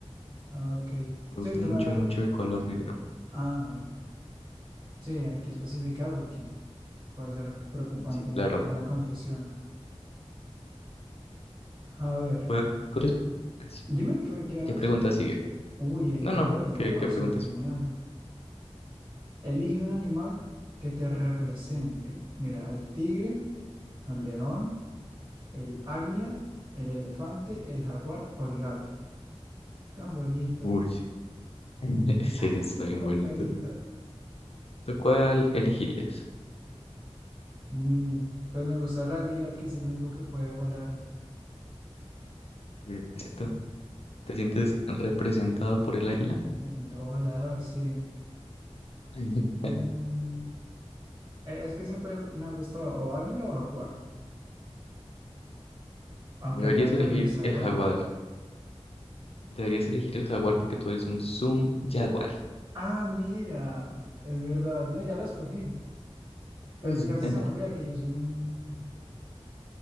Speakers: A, on the right; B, on the left.
A: Ah, Ok.
B: me
A: Sí,
B: gusta
A: ahorita
B: mucho,
A: me-
B: mucho el color negro.
A: Ah, vale, vale. Sí, hay que especificar porque puede ser preocupante
B: Sí, claro.
A: la confusión. A ver,
B: Juega con- tres preguntas.
A: dime qué, me- qué haces.
B: ¿Qué pregunta sigue?
A: Uy, en
B: No, no,
A: el, do- el dorado
B: ¿qué, qué
A: se
B: pregunta
A: ve genial.
B: sigue?
A: Elige un animal que te represente. Mira, el tigre, el león, el águila, el elefante, el jaguar o el gato. Tan bonito.
B: Uy, <laughs> sí,
A: Ah,
B: está bien
A: la
B: bonito.
A: carita.
B: ¿Tú cuál elegirías?
A: Mm, pues me gusta el águila, que es el único que puede volar.
B: Listo.
A: <laughs>
B: ¿Te sientes representado por el águila?
A: Me siento volador, sí.
B: <laughs>
A: Mm, e- es que siempre me ha gustado o águila o jaguar, aunque
B: Deberías
A: el león
B: elegir
A: también está
B: el
A: bueno.
B: jaguar. Deberías elegir el jaguar porque tú eres un Zoom Jaguar.
A: Ah, mira, es verdad. No, ya lo escogí. Casi,
B: Sí.
A: casi
B: <laughs>
A: se me olvida que yo soy un,